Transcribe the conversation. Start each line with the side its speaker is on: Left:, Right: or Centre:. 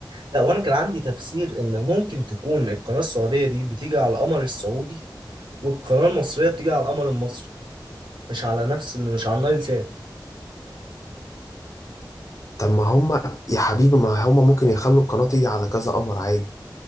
Right: لا وانا كان عندي تفسير ان ممكن تكون القناة السعودية دي بتيجي على القمر السعودي والقناة المصرية بتيجي على القمر المصري مش على نفس اللي مش على النايل سات
Left: طب ما هما يا حبيبي ما هما ممكن يخلوا القناة تيجي على كذا قمر عادي